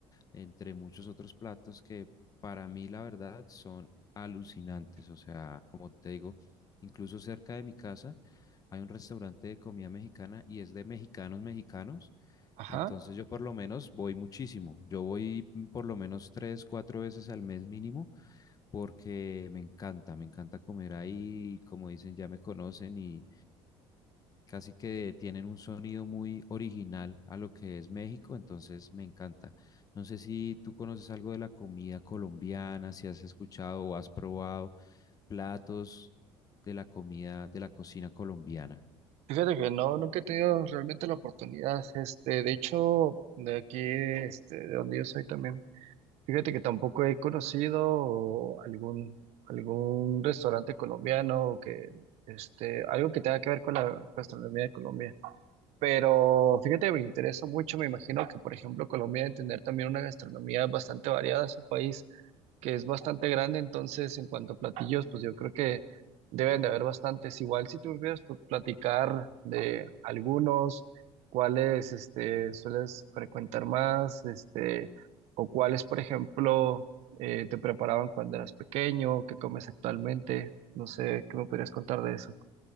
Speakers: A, on the left (about 35°); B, on the right (about 70°).
A: entre muchos otros platos que para mí la verdad son alucinantes, o sea, como te digo, incluso cerca de mi casa hay un restaurante de comida mexicana y es de mexicanos mexicanos
B: Ajá.
A: entonces yo por lo menos voy muchísimo. Yo voy mm, por lo menos tres, cuatro veces al mes mínimo porque me encanta, me encanta comer ahí. Como dicen, ya me conocen y casi que tienen un sonido muy original a lo que es México, entonces me encanta. No sé si tú conoces algo de la comida colombiana, si has escuchado o has probado platos de la comida, de la cocina colombiana.
B: Fíjate que no, nunca he tenido realmente la oportunidad. Este, de hecho, de aquí, este, de donde yo soy también. Fíjate que tampoco he conocido algún, algún restaurante colombiano que, este, algo que tenga que ver con la gastronomía de Colombia. Pero fíjate, me interesa mucho. Me imagino que, por ejemplo, Colombia debe tener también una gastronomía bastante variada. Es un país que es bastante grande, entonces, en cuanto a platillos, pues yo creo que deben de haber bastantes. Igual, si tú me pudieras pues, platicar de algunos, cuáles este, sueles frecuentar más, este, o cuáles, por ejemplo, eh, te preparaban cuando eras pequeño, qué comes actualmente. No sé, ¿qué me podrías contar de eso?